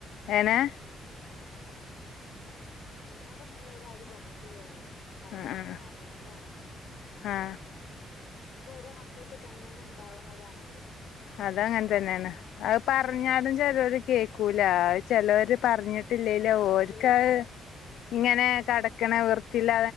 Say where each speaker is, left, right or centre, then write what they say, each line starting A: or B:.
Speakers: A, on the left; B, on the left.
A: നെ
B: നിങ്ങോടൊന്നും ഇതുവരെ ആരും പറഞ്ഞിട്ടില്ല അറിയ സഹായിക്കണംന്നോ
A: ആ ആ
B: ആക്കണംെന്നോ
A: ആ
B: ഒക്കെ ഓരോ മക്കൾക്ക് തന്നെയ ഒന്ന ഉണ്ടാവണതാണല്ലോ
A: അതങ്ങനെ തന്നെയാണ് അത് പറഞ്ഞാലും ചിലര് കേക്കൂല ചിലര് പറഞ്ഞിട്ട് ഇല്ലല്ലേ ഒക്ക
B: ഇല്ല പറഞ്ഞ്
A: ഇങ്ങനെ കടക്കണ വെൃത്തില്ല